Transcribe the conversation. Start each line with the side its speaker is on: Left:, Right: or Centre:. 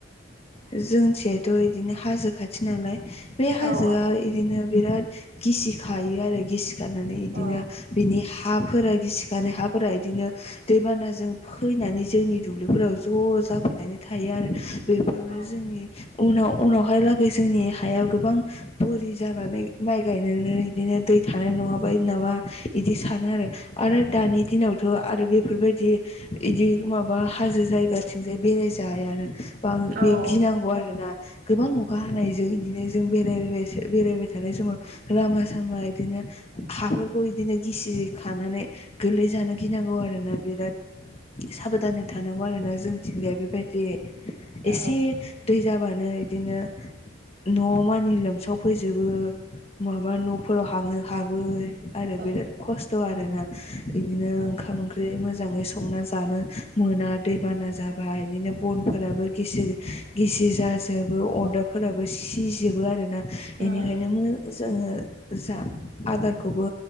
Left: जोंथिंथ' इदिनो हाजो खाथि नालाय बे हाजोआ
Right: औ औ
Left: इदिनो बिराद गिसि खायो आरो गिसि खनानै बिदिनो
Right: ओ
Left: बिनि हाफोरा गिसिखानाय हाफोरा बिदिनो दैबानाजों फैनानै जोंनि दुब्लिफोराव ज' ज जाफैनानै थायो आरो बेफोरावनो
Right: औ
Left: जोंनि उनाव उनावहाय लागै जोंनि हाया गोबां बोरि जानानै माइ गायनोनो बिदिनो दै थानाय नङाबाय नामा बिदि सानो आरो आरो दानि दिनावथ' आरो बेफोरबायदि इदि माबा हाजो जायगाथिंजाय बेराय जायानो। बां बे
Right: औ
Left: गिनांगौ
Right: औ
Left: आरो ना गोबां अखा
Right: उम
Left: हानायजों बिदिनो जों बे बेरायबाय थानाय समाव लामा सामा इदिनो हाफोरखौ इदिनो गिसि खानानै गोरलै जानो गिनांगौ आरोना बिराद साबधानै थानांगौ आरोना जोंथिंगाया बेबायदि एसे
Right: औ
Left: दै जाबानो बिदिनो न' मानि लोमसाव फैजोबो माबा न'फोराव हाबनो हाबो आरो
Right: औ
Left: बिराद खस्थ' आरोना बिदिनो
Right: उम
Left: ओंखाम ओंख्रि मोजां मोजाङै संना जानो मोना दैबाना जाबा बिदिनो बनफोराबो गिसि गिसि जाजोबो अरदाबफोराबो सिजोबो आरोना बेनिखायनो
Right: उम उम
Left: जोङो जा आदारखौबो